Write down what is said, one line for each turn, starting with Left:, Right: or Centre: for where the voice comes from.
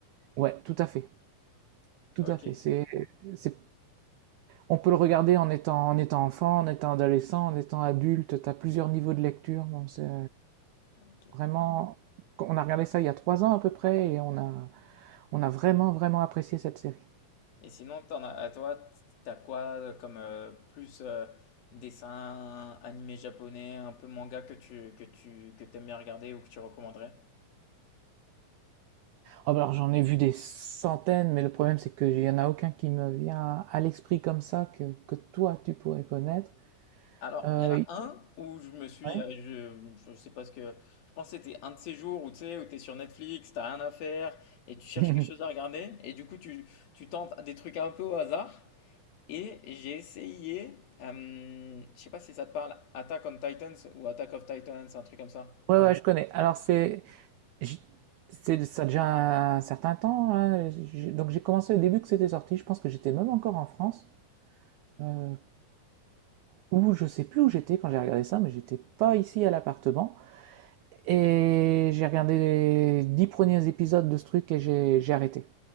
Right: Ouais, tout à fait, tout
Left: OK,
Right: à fait. C'est, c'est, on peut le regarder en étant, en étant enfant, en étant adolescent, en étant adulte. T'as plusieurs niveaux de lecture. Bon, c'est
Left: OK.
Right: vraiment, on a regardé ça il y a trois ans à peu près et on a, on a vraiment, vraiment apprécié cette série.
Left: Et sinon, t'en as à toi, t tu quoi, heu, comme, heu, plus, heu, dessin animé japonais, un peu manga que tu que tu que t'aimes bien regarder ou que tu recommanderais?
Right: Oh, bah alors j'en ai vu des centaines, mais le problème c'est qu'il n'y en a aucun qui me vient à l'esprit comme ça que, que toi tu pourrais connaître.
Left: Alors,
Right: Euh,
Left: il y en a un où je me suis,
Right: ouais.
Left: heu, je je sais pas ce que je pense que c'était un de ces jours où tu sais, où t'es sur Netflix, t'as rien à faire et tu cherches
Right: <laughs>
Left: quelque chose à regarder et du coup, tu tu tentes des trucs un peu au hasard Et j'ai essayé, euh, je sais pas si ça te parle, Attack on Titans ou Attack of Titans, un truc comme ça.
Right: Ouais, ouais, je connais. Alors c'est, j- c'est ça a déjà un certain temps. hein. J'ai- Donc j'ai commencé au début que c'était sorti. Je pense que j'étais même encore en France, euh, ou je sais plus où j'étais quand j'ai regardé ça, mais j'étais pas ici à l'appartement. Et j'ai regardé les dix premiers épisodes de ce truc et j'ai j'ai arrêté.